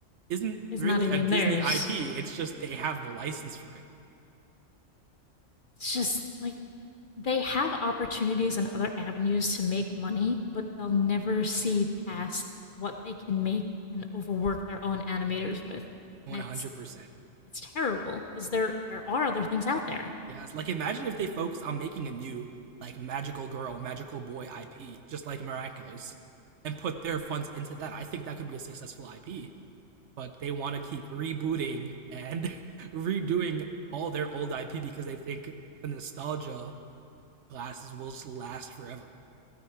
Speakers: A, on the right (about 70°); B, on the left (about 50°).
A: isn't
B: It's
A: really
B: not even
A: a Disney
B: theirs.
A: IP. It's just they have the license for it.
B: It's just like they have opportunities and other avenues to make money, but they'll never see past what they can make and overwork their own animators with.
A: One
B: And
A: hundred
B: it's
A: percent.
B: it's terrible because there there are other things out there.
A: Yes. Like imagine if they focused on making a new like magical girl, magical boy IP, just like Miraculous, and put their funds into that. I think that could be a successful IP. But they want to keep rebooting and <laughs> redoing all their old IP because they think the nostalgia glasses will just last forever.